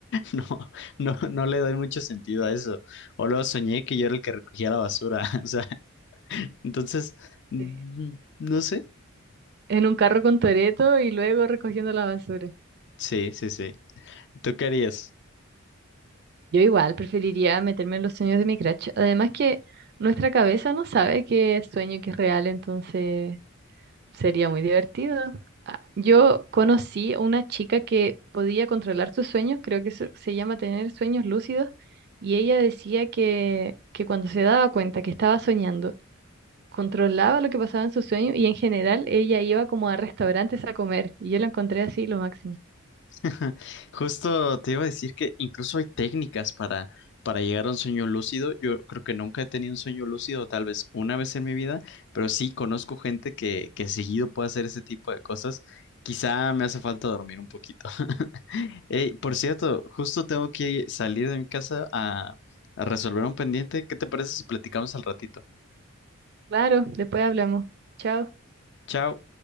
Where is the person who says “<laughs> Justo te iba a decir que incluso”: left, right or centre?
Left